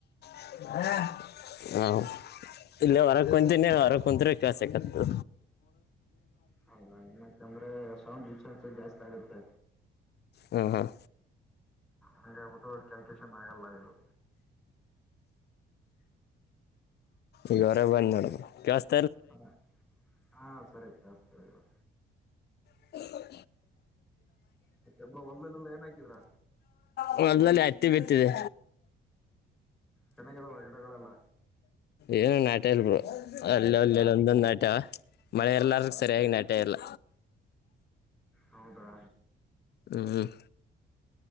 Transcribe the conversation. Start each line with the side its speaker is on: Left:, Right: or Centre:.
Left: <unintelligible> ಇಲ್ಲೆ ಹೊರಗ್ ಕುಂತಿನಿ ಹೊರಗ್ ಕುಂತ್ರೆ ಕೇಳ್ಸಕತ್ತದ.
Centre: ಹೌದಾ ಏನಕಂದ್ರೆ ಸೌಂಡ್ ಡಿಸ್ಟನ್ಸ್ ಜಾಸ್ತಿ ಆಗುತ್ತೆ.
Left: ಹ್ಮ್ ಹ್ಮ್
Centre: ಹಂಗೇಳ್ಬಿಟ್ಟು ಕ್ಯಾಲ್ಕ್ಯುಲೇಷನ್ ಆಗಲ್ಲ ಇದು.
Left: ಈಗವರೇ ಬಂದ್ ಮಾಡುದ್ರು <unintelligible>
Centre: ಹಾಂ ಹಾಂ ಸರಿಯಾಗ್ ಕೇಳುಸ್ತಾಯಿದೆ ಇವಾ
Left: <unintelligible>
Centre: ಮತ್ತೆ ಬ್ರೋ ಹೊಲದಲ್ಲೆಲ್ಲ ಏನ್ ಹಾಕಿದ್ರಾ
Left: ಹೊಲದಲ್ಲಿ ಹತ್ತಿ ಬಿತ್ತಿದೆ.
Centre: ಚೆನ್ನಾಗಿದಾವ ಗಿಡಗಳೆಲ್ಲ?
Left: ಏನಿಲ್ ನಾಟ್ಯಾವ್ ಬ್ರೋ ಅಲ್ಲಲ್ ಇಲ್ಲೊಂದ್ ನಾಟ್ಯಾವ ಮಳೆ ಇರ್ಲಾರ ಸರಿಯಾಗಿ ನಾಟೇ ಇಲ್ಲ.
Centre: ಹೌದಾ?
Left: ಹ್ಮ್ ಹ್ಮ್